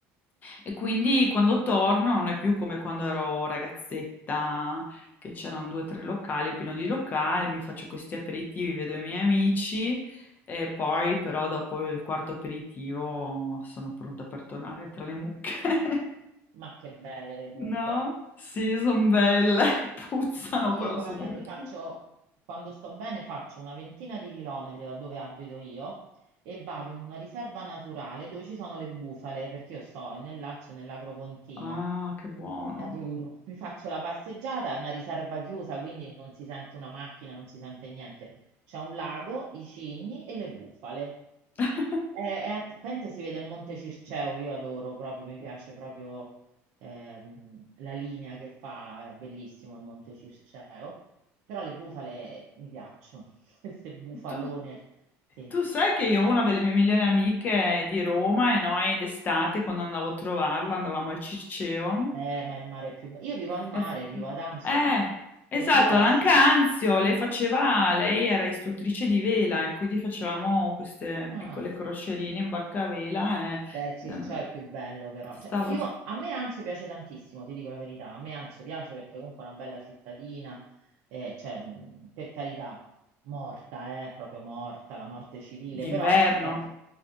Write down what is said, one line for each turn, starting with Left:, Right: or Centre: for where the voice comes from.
Left: E quindi quando torno non è più come quando ero ragazzetta che c'erano due o tre locali, pieno di locali, mi faccio questi aperitivi, vedo i miei amici e poi però dopo il quarto aperitivo sono pronta per tornare tra le mucche. <laughs>
Right: Ma che belle le mucche.
Left: No? Sì, sono belle, <laughs> puzzano,
Right: No, io
Left: però
Right: guarda,
Left: sono belle.
Right: mi faccio, quando sto bene, faccio una ventina di chilometri da dove abito io e vado in una riserva naturale dove ci sono le bufale, perché io sto nel Lazio, nell'Agropontino.
Left: Ah, che buono.
Right: E le adoro. Mi faccio la passeggiata, è una riserva chiusa, quindi non si sente una macchina, non si sente niente. C'è un lago, i cigni e le bufale.
Left: <laughs>
Right: È, è a Pente si vede il Monte Circeo, io adoro proprio, mi piace proprio ehm, la linea che fa, è bellissimo il Monte Circeo, però le bufale mi piacciono, <laughs> queste bufalone,
Left: Tu,
Right: sì.
Left: tu sai che io ho una delle mie migliori amiche di Roma e noi d'estate quando andavo a trovarla andavamo al Circeo
Right: Eh, ma il mare è più bello. Io vivo al mare,
Left: Eh,
Right: vivo ad Anzio,
Left: eh,
Right: ma
Left: esatto,
Right: per- io vado
Left: anche
Right: a...
Left: Anzio, lei faceva, lei era istruttrice di vela e quindi facevamo queste
Right: Ah,
Left: piccole crocerine in barcavela e
Right: Beh, il Circeo
Left: eh,
Right: è più bello però.
Left: stavo
Right: Cioè, io, a me Anzio piace tantissimo, ti dico la verità. A me Anzio piace perché comunque è una bella cittadina, eh, cioè, mh, per carità, morta, eh, proprio morta, la morte civile,
Left: d'inverno.
Right: però è...